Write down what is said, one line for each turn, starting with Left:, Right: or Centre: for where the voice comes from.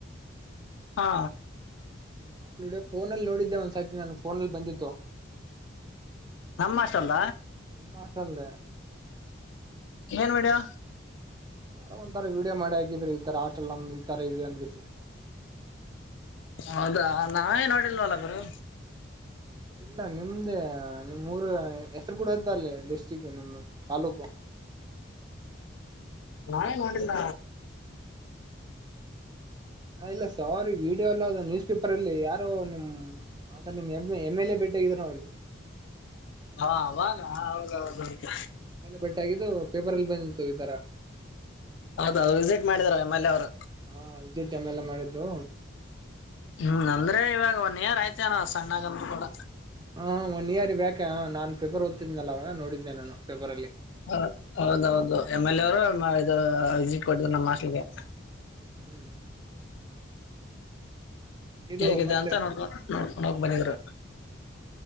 Left: ಹಾ
Right: ನಿಮ್ಮ್ ಆಸ್ಟೆಲ್ಡ ಫೋನಲ್ಲಿ ನೋಡಿದ್ದೆ ಒಂದ್ಸತಿ ನಾನು ಫೋನಲ್ಲಿ ಬಂದಿತ್ತು
Left: ನಮ್ಮ ಹಾಸ್ಟೆಲ್
Right: ನಿಮ್ಮ ಹಾಸ್ಟೆಲ್ಧೆ
Left: ಏನ್ ಮಡಿಯ
Right: ಯಾರೋ ಒಂಥರ ವೀಡಿಯೋ ಮಾಡಿ ಹಾಕಿದ್ರು ಈತರ ಆಟೆಲ್ ನಮ್ದ್ ಈ ತರ ಇದೆ ಅಂದಿಸಿ
Left: ಹೌದಾ ನಾವೇ ನೋಡಿಲ್ವಲ್ಲ ಗುರು
Right: ಇಲ್ಲ ನಿಮ್ದೇ ನಿಮ್ಮ್ ಊರು ಹೆಸ್ರು ಕೂಡ ಇದ್ದ ಅಲ್ಲಿ ಡಿಸ್ಟ್ರಿಕ್ ನಿಮ್ದ ತಾಲೂಕು
Left: ನಾನೇ ನೋಡಿಲ್ಲ
Right: ಹ ಇಲ್ಲ ಸಾರಿ ವಿಡಿಯೋ ಎಲ್ಲ ನ್ಯೂಸ್ ಪೇಪರ್ ಅಲ್ಲಿ ಯಾರೋ ನಿಮ್ ಅಂದ್ರ ನಿಮ್ ಎ ಎಮ್ ಎಲ್ ಎ ಭೇಟೆಗಿದಾರ ಅವಲ್ಲಿ
Left: ಹಾ ಅವಾಗ ಅವಾಗವಾಗ
Right: ಬಟ್ಗಿದ್ದು ಪೇಪರ್ಲ್ಲಿ ಬಂದಿತ್ತು ಈ ತರ
Left: ಹೌದ ಅದು ರಿಜೆಕ್ಟ್ ಮಾಡಿದಿದ್ದಾರೆ ಮಲ್ಲಿ ಅವ್ರು
Right: ಹಾ ದ ಟೈಮ್ ಎಲ್ಲ ಮಾಡಿದ್ದು
Left: ಹ್ಮ್ ಅಂದ್ರೆ ಇವಾಗ ಒನ್ರ್ ಆಯ್ತ ಏನ ಸಣ್ಣಗಂತ ಕೂಡ
Right: ಹ ಒನ್ ಇಯರ್ ಬ್ಯಾಕ್ ನಾನ್ ಪಫಪರ್ಓದತ್ತಿದನಲ್ಲವಾಗ ನೋಡಿದ್ದೆ ನಾನುಫೆಬರ್ ಅಲ್ಲಿ
Left: ಹ ಹೌದೌದು ಎಮ್ ಎಲ್ ಎ ಅವರು ಇ ಎಟ್ ಕೊಟ್ಟರು ನಮ್ಮ್ ಹೋಸ್ಟಿಲೀಗೆ
Right: ಹ್ಮ್ ಇದು
Left: ಹೇಗಿದೆ
Right: ಮತ್ತೆ
Left: ಅಂತ ನೋಡ್ಕ ನೋಡ್ಕ ನ ಬನಿದ್ರು